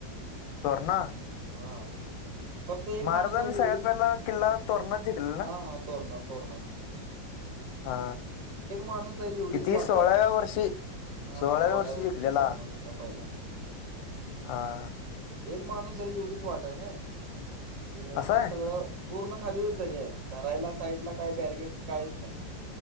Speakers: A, on the left; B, on the right.
A: तोरणा?
B: हा फक्त एक
A: महाराजांनी
B: माणूस जाईल एवढीच
A: सगळ्यात पहिला किल्ला तोरणात जिंकलेला
B: हा
A: ना
B: हा. तोरण तोरणा च.
A: हा
B: माणूस जाईल एवढीच
A: किती
B: वाट
A: सोळाव्या
B: आहे
A: वर्षी
B: हा
A: सोळाव्या
B: सोळ्या
A: वर्षी
B: वरती
A: जिकलेला
B: <unintelligible> पहिला.
A: हा. हा
B: एक माणूस जाईल एवढीच वाट आहे ना ईकड
A: असं आहे
B: सगळं पूर्ण खाली व दरी आहे. धरायला साईड ला काही बॅरगेट काहीच नाही.